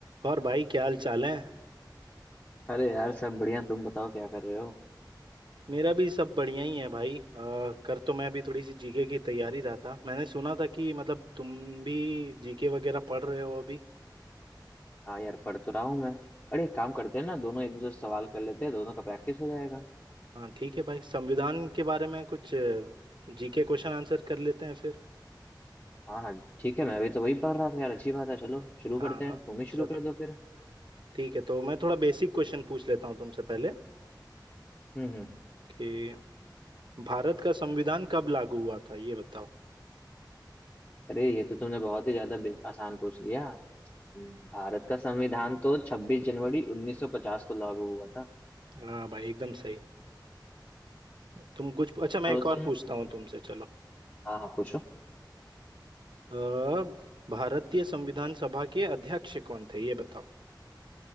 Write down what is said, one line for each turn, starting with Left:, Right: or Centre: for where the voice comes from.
Right: और भाई क्या हाल चाल है
Left: अरे यार सब बढ़िया तुम बताओ क्या कर रहे हो
Right: मेरा भी सब बढ़िया ही है भाई अ, कर तो मैं अभी थोड़ी सी जीके की तैयारी रहा था मैंने सुना था कि मतलब तुम भी जीके वगैरह पढ़ रहे हो अभी
Left: हाँ यार पढ़ तो रहा हूँ मैं अरे एक काम करते हैं ना दोनों एक दूसरे से सवाल कर लेते हैं दोनों का प्रैक्टिस हो जाएगा
Right: हाँ ठीक है भाई संविधान के बारे में कुछ जीके क्वेश्चन आंसर कर लेते हैं फिर
Left: हाँ हाँ ठीक है मैं अभी तो वही पढ़ रहा था यार अच्छी बात है चलो शुरू
Right: हाँ
Left: करते हैं तुम ही शुरू
Right: चलो
Left: कर दो फिर
Right: ठीक है तो मैं थोड़ा बेसिक क्वेश्चन पूछ लेता हूँ तुमसे पहले
Left: हम्म हम्म
Right: कि भारत का संविधान कब लागू हुआ था ये बताओ
Left: अरे ये तो तुमने बहुत ही ज्यादा बे- आसान पूछ लिया हम्म। भारत का संविधान तो 26 जनवरी 1950 को लागू हुआ था
Right: हाँ भाई एकदम सही तुम कुछ अच्छा मैं
Left: चलो
Right: एक
Left: तुम
Right: और पूछता हूँ तुमसे चलो
Left: हाँ हाँ पूछो
Right: अ, भारतीय संविधान सभा के अध्यक्ष कौन थे ये बताओ